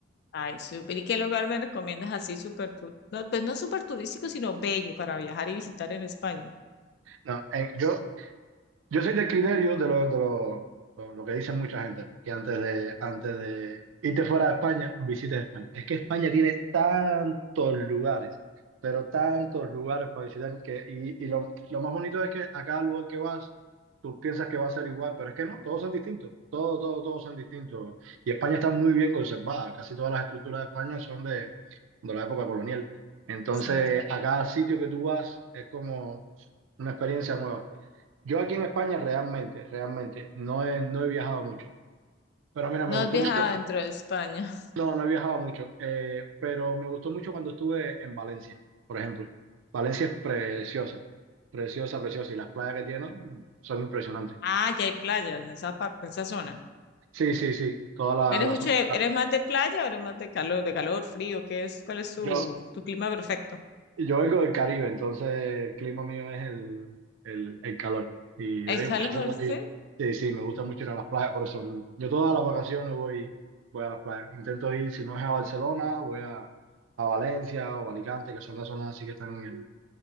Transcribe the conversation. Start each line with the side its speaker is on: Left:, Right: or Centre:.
Left: Ay, súper. ¿Y qué lugar me recomiendas así súper tu- No, pues no súper turístico, sino bello para viajar y visitar en España.
Right: No, en- yo, Yo soy del criterio de lo, de lo, lo- lo que dice mucha gente, ¿no? que antes de, antes de irte fuera de España, visites España. Es que España tiene tantos lugares, pero tantos lugares para visitar, que, y, y lo, lo más bonito es que a cada lugar que vas, tú piensas que va a ser igual, pero es que no, todos son distintos, todos, todos, todos son distintos. Y España está muy bien conservada, casi todas las estructuras de España son de, de la época colonial. Entonces,
Left: Sí.
Right: a cada sitio que tú vas es como una experiencia nueva. Yo aquí en España realmente, realmente, no he, no he viajado mucho. Pero mira,
Left: No
Right: me gustó
Left: has viajado
Right: mucho.
Left: dentro de España. <laughs>
Right: No, no he viajado mucho, eh, pero me gustó mucho cuando estuve en Valencia, por ejemplo. Valencia es preciosa, preciosa, preciosa. Y las playas que tiene mm, son impresionantes.
Left: Ah, ya hay playas en esa parte, en esa zona.
Right: Sí, sí, sí, toda la,
Left: ¿Eres
Right: la
Left: mucho
Right: zona.
Left: de- eres más de playa o eres más de calor, de calor, frío? ¿Qué es? ¿Cuál es tu,
Right: Yo,
Left: tu clima perfecto?
Right: Y Yo vengo del Caribe, entonces el clima mío es el, el, el calor. Y de
Left: ¿El calor,
Right: ahí, por eso voy-
Left: sí?
Right: sí, sí, me gusta mucho ir a las playas, por eso yo todas las vacaciones voy, voy a las playas. Intento ir, si no es a Barcelona, voy a, a Valencia o Alicante, que son las zonas así que están en el,